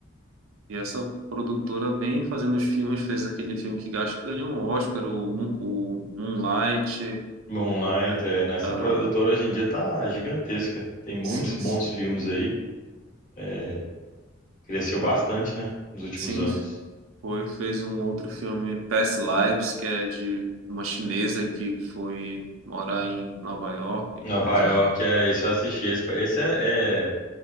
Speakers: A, on the right (about 85°); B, on the left (about 40°).
A: E essa produtora vem fazendo os filmes, fez aquele filme que acho que ganhou um Oscar, o, Moon- o Moonlight.
B: Moonlight,
A: É,
B: é, né? Essa
A: ah,
B: produtora hoje em dia tá gigantesca. Tem muitos
A: sim,
B: bons
A: sim.
B: filmes aí. É, cresceu bastante, né? Nos últimos
A: Sim,
B: anos.
A: Foi, fez um outro filme, Past Lives, que é de uma chinesa que foi morar em Nova York.
B: Nova
A: Mas enfim.
B: York, é, esse eu assisti. Esse, foi- esse é, é-